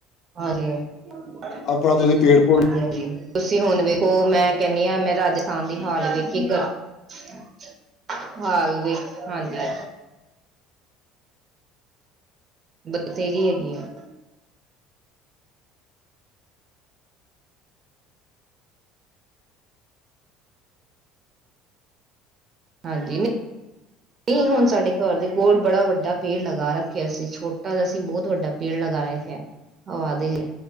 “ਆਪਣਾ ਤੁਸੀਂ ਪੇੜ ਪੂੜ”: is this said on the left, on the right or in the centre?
Left